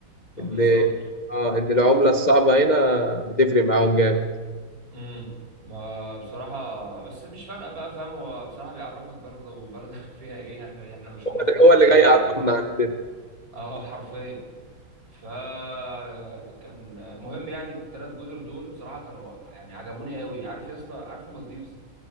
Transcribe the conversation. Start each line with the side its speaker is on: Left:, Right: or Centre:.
Right: ما
Left: إن
Right: بالظبط
Left: اه إن العملة الصعبة هنا بتفرق معاهم جامد
Right: امم ما بصراحة بس مش فارقة بقى فاهم هو بصراحة بيعرفك برضه وبلدك <laughs> فيها ايه يعني احنا مش
Left: هو
Right: بنخرج
Left: اللي هو
Right: كتير
Left: اللي جاي يعرفنا
Right: فاهم
Left: عندنا
Right: اه حرفيا فكان مهم يعني التلات جزر دول بصراحة كانوا يعني عجبوني قوي عارف يا اسطى عارف المالديفز